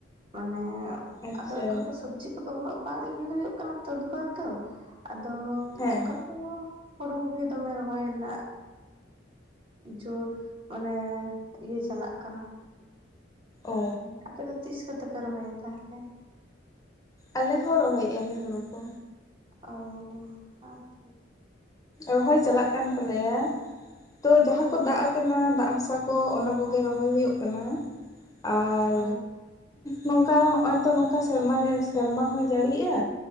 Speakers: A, on the right; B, on the left.
A: ᱢᱟᱱᱮ
B: ᱟᱪᱪᱷᱟ
A: ᱟᱫᱚ ᱮᱠᱷᱚᱱ ᱫᱚ ᱥᱚᱵᱽᱡᱤ ᱠᱚᱫᱚ ᱩᱱᱟᱹᱜ ᱵᱟᱝ ᱤᱭᱟᱹ ᱦᱩᱭᱩᱜ ᱠᱟᱱᱟ ᱛᱟᱹᱫᱵᱟᱹᱫᱽ ᱫᱚ ᱟᱫᱚ
B: ᱦᱮᱸ
A: ᱮᱠᱷᱚᱱ ᱫᱚ ᱦᱩᱲᱩ ᱠᱚᱜᱮ ᱫᱚᱢᱮ ᱨᱚᱦᱚᱭ ᱨᱮᱱᱟᱜ ᱡᱚᱨ ᱢᱟᱱᱮ ᱤᱭᱟᱹ ᱪᱟᱞᱟᱜ ᱠᱟᱱᱟ ᱟᱨᱠᱤ
B: ᱚ
A: ᱟᱯᱮ ᱫᱚ ᱛᱤᱥ ᱠᱚᱛᱮ ᱯᱮ ᱨᱚᱦᱚᱭᱟ ᱛᱟᱦᱞᱮ
B: ᱟᱞᱮ ᱦᱚᱸ ᱨᱚᱦᱚᱭᱮᱫ-ᱟ ᱞᱮ ᱦᱩᱲᱩ ᱠᱚ
A: ᱚ ᱚᱝᱠᱟ ᱛᱮ
B: ᱨᱚᱦᱚᱭ ᱪᱟᱞᱟᱜ ᱠᱟᱱ ᱛᱟᱞᱮᱭᱟ ᱛᱚ ᱡᱟᱦᱟᱸ
A: ᱚ
B: ᱠᱚ ᱫᱟᱜ ᱠᱟᱱᱟ ᱫᱟᱜ ᱦᱟᱥᱟ ᱠᱚ ᱚᱱᱟ ᱠᱚᱜᱮ
A: ᱚ
B: ᱨᱚᱦᱚᱭ ᱦᱩᱭᱩᱜ ᱠᱟᱱᱟ ᱟᱨ
A: ᱚ
B: ᱱᱚᱝᱠᱟ ᱦᱚᱜᱼᱚᱭ ᱛᱚ ᱱᱚᱝᱠᱟ ᱥᱮᱨᱢᱟ ᱥᱮᱨᱢᱟ ᱦᱚᱸᱭ ᱡᱟᱹᱲᱤᱜᱼᱟ᱾